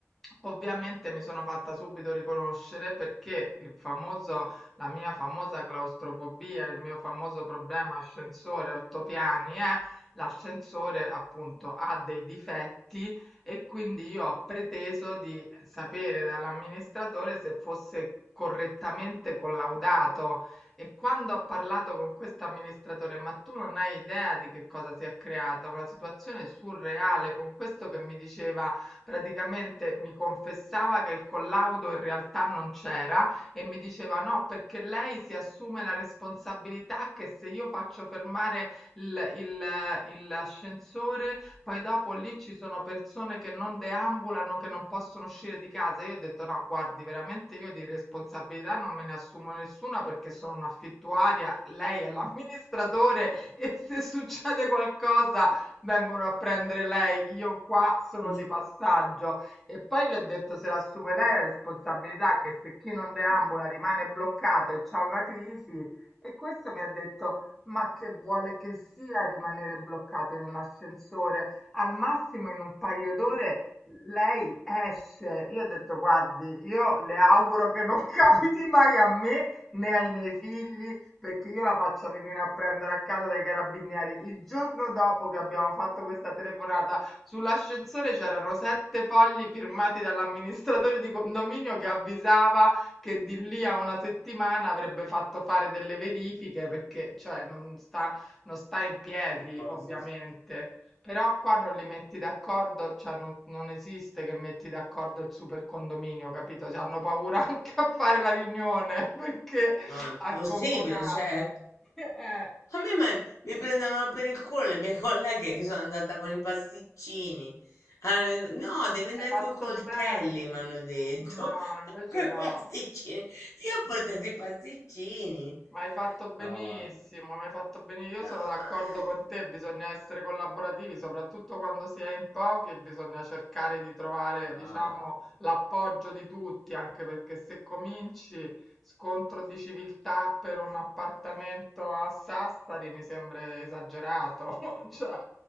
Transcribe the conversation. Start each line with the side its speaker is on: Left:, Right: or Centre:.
Centre: Ovviamente mi sono fatta subito riconoscere perché il famoso la mia famosa claustrofobia, il mio famoso problema ascensore 8 piani è l'ascensore appunto ha dei difetti e quindi io ho preteso di sapere dall'amministratore se fosse correttamente collaudato e quando ho parlato con questo amministratore, ma tu non hai idea di che cosa si è creata, una situazione surreale con questo che mi diceva Praticamente mi confessava che il collaudo in realtà non c'era e mi diceva no, perché lei si assume la responsabilità che se io faccio fermare il- il- il- l'ascensore, poi dopo lì ci sono persone che non deambulano, che non possono uscire di casa. Io ho detto no, guardi, veramente io di responsabilità non me ne assumo nessuna perché sono un'affittuaria, lei è l'amministratore <laughs> e se succede qualcosa vengono a prendere lei, io qua sono
Left: <laughs>
Centre: di passaggio. E poi le ho detto se la assume lei la responsabilità, che se chi non deambula
Left: Vabbè,
Centre: rimane bloccato e c'ha una crisi, e questo mi ha detto, ma che vuole che sia rimanere bloccato in un ascensore? Al massimo in un paio d'ore lei esce. Io ho detto, guardi, io le auguro che non <laughs> capiti mai a me né ai miei figli perché io la faccio venire a prendere a casa dai carabinieri. Il giorno dopo che abbiamo fatto questa telefonata, sull'ascensore c'erano sette fogli firmati dall'amministratore di condominio che avvisava che di lì a una settimana avrebbe fatto fare delle verifiche perché, cioè, non sta, non sta in piedi,
Left: Vabbè, così.
Centre: ovviamente. Però qua non li metti d'accordo, cioè non, non esiste che metti d'accordo il super condominio, capito? Cioè, hanno paura <laughs> anche a fare la riunione perché
Left: No, è impossibile,
Centre: a convocarla.
Left: <laughs> certo.
Centre: <laughs> Eh,
Left: A me ma- mi prendevano per il culo le mie colleghe che sono andata con i pasticcini. Allora, no, devi andare
Centre: hai fatto
Left: con i coltelli,
Centre: bene.
Left: mi hanno detto.
Centre: No,
Left: <laughs>
Centre: invece
Left: Con
Centre: no.
Left: i pasticcini. Io ho portato i pasticcini.
Centre: Ma hai fatto benissimo,
Left: No, vabbè.
Centre: ma hai fatto benissimo. Io
Left: Dai.
Centre: sono d'accordo con te, bisogna essere collaborativi, soprattutto quando si è in pochi, bisogna cercare di trovare,
Left: Ciao.
Centre: diciamo, l'appoggio di tutti, anche perché se cominci scontro di civiltà per un appartamento a Sassari mi sembra esagerato. <laughs> Cioè,